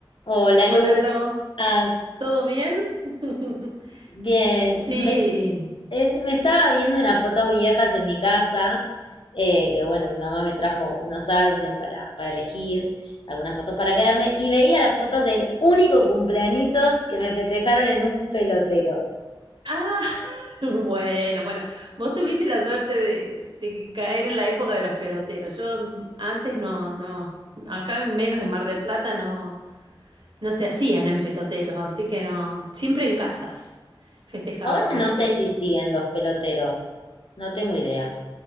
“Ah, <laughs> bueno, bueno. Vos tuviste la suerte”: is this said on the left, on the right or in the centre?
Right